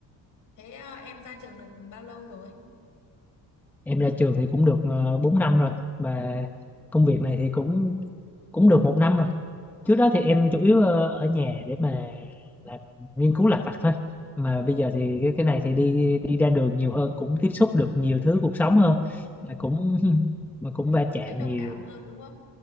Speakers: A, on the left; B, in the centre.
A: thế ờ, em ra trường được bao lâu rồi
B: Em ra trường thì cũng được uh, 4 năm rồi mà công việc này thì cũng cũng được một năm rồi.
A: ờ
B: trước đó thì em chủ yếu ờ, ở nhà để mà làm nghiên cứu lặt vặt thôi mà
A: ừ
B: bây giờ thì cái cái này thì đi đi ra đường nhiều hơn cũng tiếp xúc được nhiều thứ cuộc sống hơn
A: ừ
B: Mà cũng <laughs> mà cũng va
A: cũng
B: chạm
A: thấy đồng
B: nhiều
A: cảm hơn đúng không